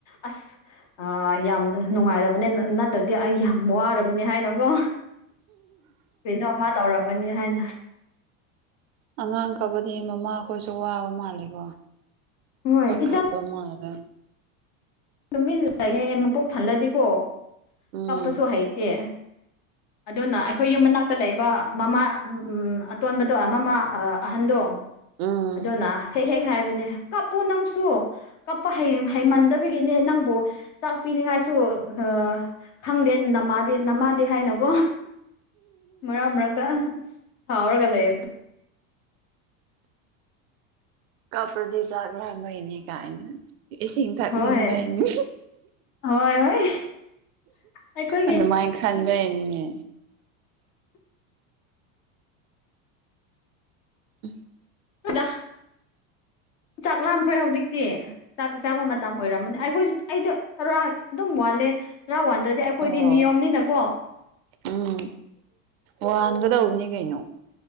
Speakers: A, on the left (about 40°); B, on the right (about 80°).
A: ꯑꯁ ꯑꯥ ꯌꯥꯝ ꯅꯨꯡꯉꯥꯏꯔꯕꯅꯦ ꯅꯠ ꯅꯠꯇ꯭ꯔꯗꯤ ꯑꯩ ꯌꯥꯝ ꯋꯥꯔꯕꯅꯦ ꯍꯥꯏꯅ ꯔꯣ ꯀꯩꯅꯣꯃ ꯇꯧꯔꯝꯒꯅꯤ ꯍꯥꯏꯅ
B: ꯑꯉꯥꯡ ꯀꯞꯄꯗꯤ ꯃꯃꯥꯈꯣꯏꯁꯨ ꯋꯥꯕ ꯃꯥꯜꯂꯦꯀꯣ
A: ꯍꯣꯏ
B: ꯄꯥꯈꯠ
A: ꯏꯆꯥꯅ
B: ꯄꯥ ꯃꯥꯜꯂꯦ
A: ꯇꯨꯃꯤꯟ ꯂꯩꯌꯦ ꯃꯄꯨꯛ ꯊꯜꯂꯗꯤꯀꯣ
B: ꯎꯝ
A: ꯀꯞꯄꯁꯨ ꯍꯩꯇꯦ ꯑꯗꯨꯅ ꯑꯈꯣꯏ ꯌꯨꯝ ꯃꯅꯥꯛꯇ ꯂꯩꯕ ꯃꯃꯥ ꯎꯝ ꯑꯇꯣꯟꯕꯗꯣ ꯃꯃꯥ ꯑꯥ ꯑꯍꯟꯗꯣ
B: ꯎꯝ
A: ꯑꯗꯨꯅ ꯍꯦꯛ ꯍꯦꯛ ꯍꯥꯏꯕꯅꯦ ꯀꯞꯄꯣ ꯅꯪꯁꯨ ꯀꯞꯄ ꯍꯩ ꯍꯩꯃꯟꯗꯕ ꯒꯤꯅꯦ ꯅꯪꯕꯨ ꯆꯥꯛ ꯄꯤꯅꯤꯡꯉꯥꯏꯁꯨ ꯑꯥ ꯈꯪꯗꯦ ꯅꯃꯥꯗꯤ ꯅꯃꯥꯗꯤ ꯍꯥꯏꯅꯀꯣ ꯃꯔꯛ ꯃꯔꯛꯇ ꯁꯥꯔꯎꯒ ꯂꯩ
B: ꯀꯞꯄꯗꯤ ꯆꯥꯛ ꯂꯥꯝꯕꯩꯅꯩ ꯀꯥꯏꯅ ꯏꯁꯤꯡ ꯊꯛꯅꯤꯡꯕꯩꯅꯤ
A: ꯍꯣꯏ ꯍꯣꯏ ꯍꯣꯏ ꯑꯩꯈꯣꯏꯒꯤ
B: ꯑꯗꯨꯃꯥꯏ ꯈꯟꯕꯩꯅꯤꯅꯦ ꯎꯝ
A: ꯍꯣꯏꯗ ꯆꯥꯛ ꯂꯥꯝꯈ꯭ꯔꯦ ꯍꯧꯖꯤꯛꯇꯤ ꯆꯥꯛ ꯆꯥꯕ ꯃꯇꯝ ꯑꯣꯏꯔꯝꯃꯅꯤ ꯑꯩꯈꯣꯏꯁꯨ ꯑꯩꯗꯣ ꯆꯔꯥ ꯑꯗꯨꯝ ꯋꯥꯟꯂꯦ ꯆꯔꯥ ꯋꯥꯟꯗ꯭ꯔꯗꯤ ꯑꯩꯈꯣꯏꯗꯤ
B: ꯑꯣ
A: ꯅꯤꯌꯣꯝꯅꯤꯅꯀꯣ
B: ꯎꯝ ꯋꯥꯟꯒꯗꯧꯕꯅꯤ ꯀꯩꯅꯣ